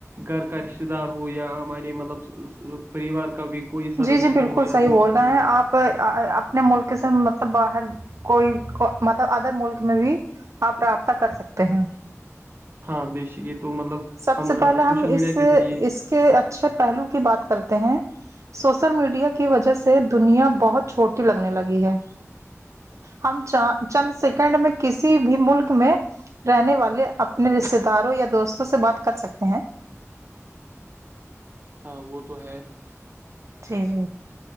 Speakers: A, on the right; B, on the right.
A: گھر کا رشتتے دار ہو یا ہمارے مطلب پریوار کا بھی کوئی سدسیہ
B: جی جی بالکل
A: ہو یا
B: صحیح
A: دوست
B: بول
A: ہو
B: رہے ہیں آپ اپنے ملک سے مطلب باہر کوئی مطلب ادر ملک میں بھی آپ رابطہ کر سکتے ہیں
A: ہاں بیشک یہ تو مطلب
B: سب سے پہلے ہم
A: سوشل میڈیا
B: اس
A: کے ذریعے
B: اس کے اچھے پہلو کی بات کرتے ہیں سوسل میڈیا کی وجہ سے دنیا بہت چھوٹی لگنے لگی ہے ہم چ چند سیکنڈ میں کسی بھی ملک میں رہنے والے اپنے رشتے داروں یا دوستوں سے بات کر سکتے ہیں
A: ہاں وہ تو ہے
B: جی جی